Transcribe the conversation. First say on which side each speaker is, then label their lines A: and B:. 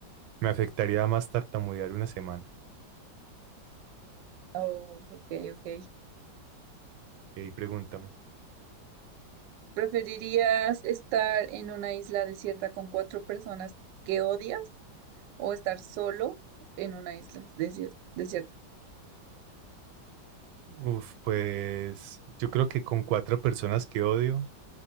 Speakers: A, on the right; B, on the right.
A: me afectaría más tartamudear una semana.
B: Oh, ok, ok.
A: Y ahí pregúntame.
B: ¿Preferirías estar en una isla desierta con cuatro personas que odias o estar solo en una isla desier- desierta?
A: Uf, pues yo creo que con cuatro personas que odio,